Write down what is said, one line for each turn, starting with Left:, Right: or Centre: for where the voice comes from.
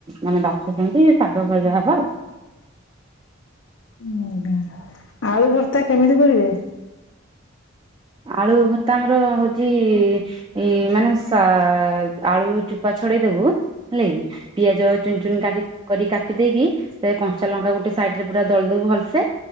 Right: ମାନେ ବାଛୁଛନ୍ତି ଶାଗଭଜା ହବ ଆଉ। <inaudible>
Left: ଆଜ୍ଞା ଆଳୁ ଭର୍ତ୍ତା କେମିତି କରିବେ?
Right: ଆଳୁ ଭତ୍ତା ଆମର ହଉଚି ଇ ମାନେ ସା ଆଳୁ ଚୁପା ଛାଡେଇ ଦେବୁ ହେଲା କି ପିଆଜ ଚୁନ ଚୁନ କରିକି କାଟି ଦେଇକି ସେଥିରେ କଞ୍ଚା ଲଙ୍କା ଗୋଟେ ସାଇଟରେ ପୁରା ଦଳିଦେବୁ ଭଲସେ